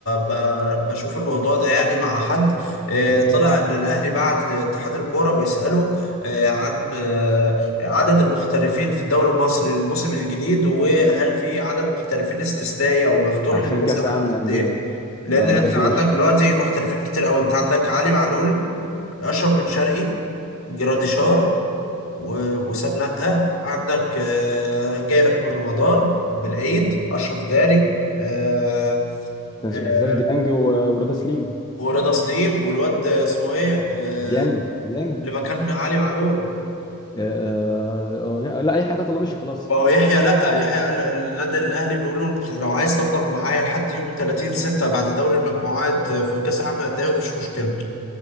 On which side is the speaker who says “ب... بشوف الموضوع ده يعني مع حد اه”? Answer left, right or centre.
Left